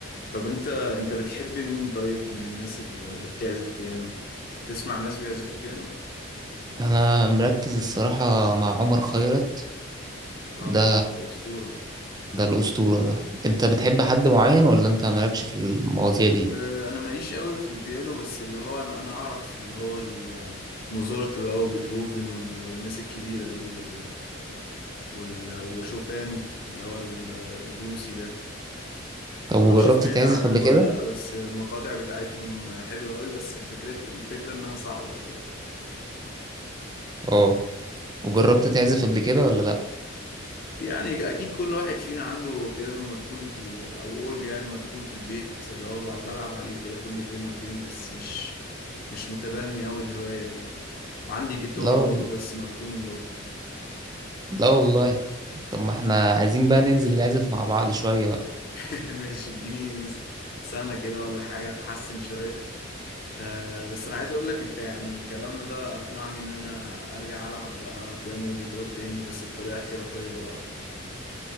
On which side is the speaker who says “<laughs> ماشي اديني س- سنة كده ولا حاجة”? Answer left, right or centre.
Left